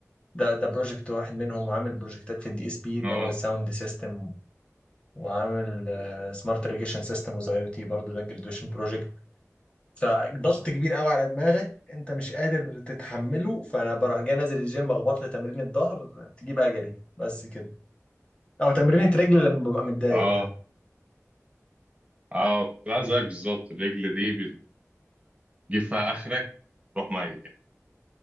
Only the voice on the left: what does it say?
ده ده بروجكت واحد منهم وعامل بروجكتات في الدي اس بي اللي
هو ساوند سيستم وعامل سمارت ريجيشن سيستم وزي او تي برضه ده جرادويشن بروجكت فضغط كبير قوي على دماغك انت مش قادر تتحمله فانا بروح جاي نازل الجيم اخبط لي تمرين الظهر تجيب اجري بس كده او تمرين رجل لما ببقى متضايق
يعني